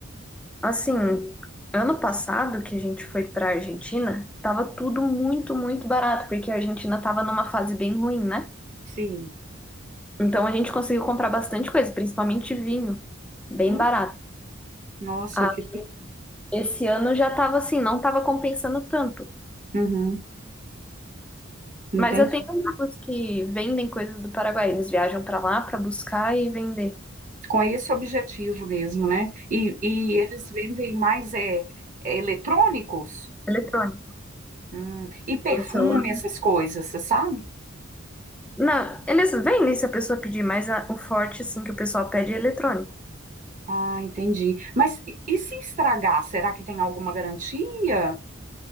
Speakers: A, in the centre; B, on the right.
A: Assim, ano passado que a gente foi para a Argentina, tava tudo muito, muito barato, porque a Argentina tava numa fase bem ruim, né?
B: Sim.
A: Então a gente conseguiu comprar bastante coisa, principalmente vinho, bem
B: Hum.
A: barato.
B: Nossa,
A: Ah,
B: que
A: esse ano já tava assim, não tava compensando tanto.
B: uhum, entendi.
A: Mas eu tenho amigos que vendem coisas do Paraguai, eles viajam para lá para buscar e vender.
B: Com esse objetivo mesmo, né? E, e eles vendem mais é, é, eletrônicos,
A: Eletrônico.
B: Hum, e perfume,
A: Vende celular.
B: essas coisas, você sabe?
A: Não, eles vendem se a pessoa pedir, mas a- o forte, assim, que o pessoal pede é eletrônico.
B: Ah, entendi. Mas e e se estragar, será que tem alguma garantia?